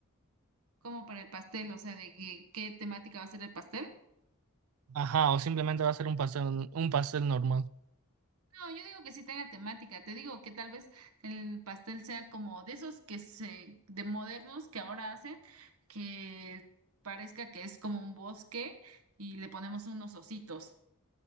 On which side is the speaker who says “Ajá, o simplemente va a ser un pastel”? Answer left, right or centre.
Right